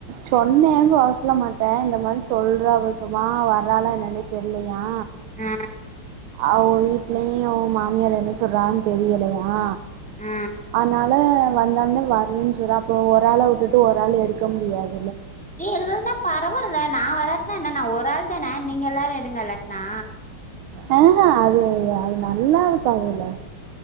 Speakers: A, on the right (about 80°); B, in the centre.
A: சொன்னே <unintelligible> அம்மாட்ட இந்த மாரி சொல்றா <unintelligible> அம்மா வர்றாலா என்னானே தெர்லயா
B: ஆ
A: அவொ வீட்லையு மாமியார் என்ன சொல்றாங்கன் தெரியலையா
B: ஆ
A: அனால வந்தாந்த வர்லன் சொல்றா அப்போ ஒரு ஆள விட்டுட்டு ஒரு ஆள் எடுக்க முடியாத்
B: ஏ இல்லன்னா பரவா ல்ல நா வராட்னா என்ன நா ஒராள் தான நீங்க எல்லாரு எடுங்க இல்லாட்னா
A: ஆஹ அது அது நல்லா இருக்காதுல்ல